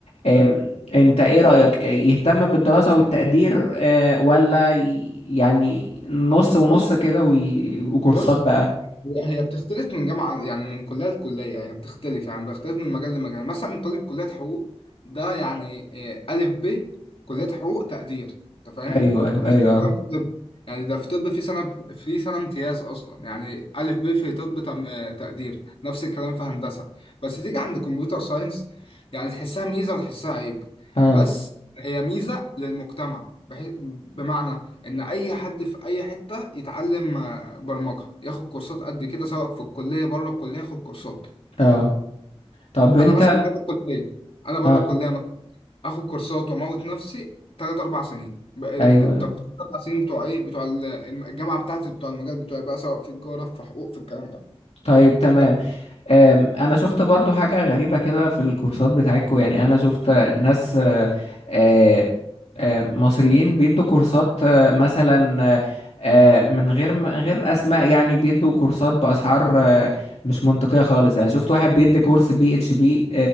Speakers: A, on the left; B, on the left.
A: أم،
B: فاهم
A: انت ايه رأيك آه، يهتم بالدراسة والتقدير أه، ولا ي- يعني نص ونص
B: بص
A: كده وي- وكورسات
B: بص
A: بقى
B: هي هي بتختلف من جامعة يعني من كلية لكلية يعني هي بتختلف يعني بتختلف من مجال لمجال يعني مثلا طالب كلية حقوق ده يعني آه، ألف ب كلية حقوق تقدير أنت فاهم؟
A: ايوه ايوه
B: نفس
A: ايوه
B: الكلام في طب يعني ده في طب في سنة في سنة امتياز أصلا يعني ألف ب في طب تم- آه، تقدير نفس الكلام في هندسة بس تيجي عند كمبيوتر ساينس يعني تحسها ميزة وتحسها عيب
A: اه
B: بس هي ميزة للمجتمع بح- بمعنى ان اي حد في اي حته يتعلم آه، برمجه ياخد كورسات قد كده سواء في الكليه بره الكليه ياخد كورسات
A: اه طب انت
B: انا مثلا بره الكليه انا بره
A: اه
B: الكليه مثلا اخد كورسات واموت نفسي ثلاث اربع سنين ب- ال-
A: ايوه
B: ال-
A: أيوة.
B: طب اربع سنين بتوع ايه بتوع ال- الجامعه بتاعتي بتوع المجال بتوعي بقى سواء في تجاره في حقوق في الكلام ده
A: طيب تمام
B: ب-
A: أم، انا شفت برضو حاجة غريبة كده في الكورسات بتاعتكم يعني انا شفت ناس آه، آه، آه، مصريين بيدوا كورسات آه، مثلا آه، آه، من غير من غير اسماء يعني بيدوا كورسات باسعار آه، مش منطقية خالص يعني شفت واحد بيدي كورس بي اتش بي